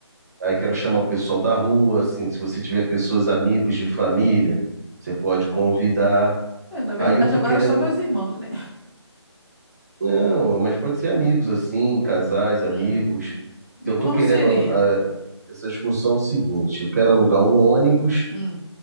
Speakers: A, on the right; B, in the centre.
A: Aí quero chamar o pessoal da rua, assim, se você tiver pessoas, amigos de família, você pode convidar.
B: É, na verdade,
A: Aí eu tô
B: agora
A: querendo,
B: é só meus irmãos, né?
A: não, mas pode ser amigos assim, casais, amigos.
B: Hum.
A: Eu
B: E como
A: tô querendo
B: seria?
A: ah, essa excursão é o seguinte, eu quero alugar um ônibus
B: Hum.